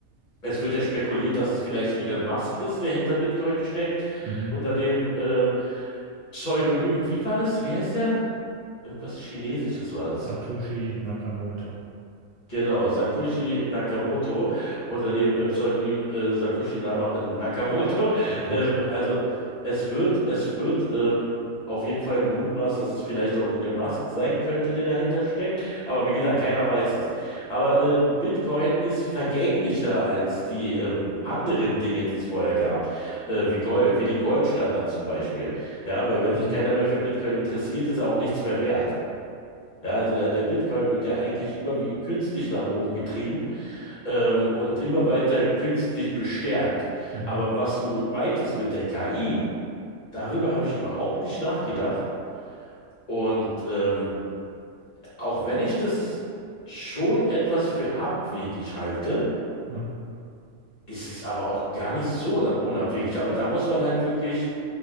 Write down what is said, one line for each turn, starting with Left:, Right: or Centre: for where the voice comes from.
Left: Es wird ja spekuliert, dass es vielleicht Elon Musk ist, der hinter Bitcoin steckt,
Right: Mhm.
Left: unter dem ähm, Pseudonym, wie war das? Wie heißt der? Irgendwas Chinesisches war das.
Right: Satoshi Nakamoto.
Left: Genau, Sakushi Nakamoto unter dem äh, Pseudonym äh, Sakushi Nama äh, Nakamoto. <laughs>
Right: Satoshi.
Left: Ähm, also es wird, es wird ähm, auf jeden Fall gemutmaßt, dass es vielleicht auch Elon Musk sein könnte, der dahinter steckt. Aber wie gesagt, keiner weiß es. Aber ähm, Bitcoin ist vergänglicher als die ähm, anderen Dinge, die es vorher gab, äh, wie Gold, wie den Goldstandard zum Beispiel. Ja, weil wenn
Right: Mhm.
Left: sich keiner mehr für Bitcoin interessiert, ist er auch nichts mehr wert. Ja, also der, der Bitcoin wird ja eigentlich überwiegend künstlich nach oben getrieben, ähm, und immer weiter künstlich bestärkt.
Right: Mhm.
Left: Aber was du meintest mit der KI, darüber habe ich überhaupt nicht nachgedacht. Und ähm, auch wenn ich das schon etwas für abwegig halte,
Right: Ja.
Left: ist es aber auch gar nicht so una- unabwegig. Aber da muss man halt wirklich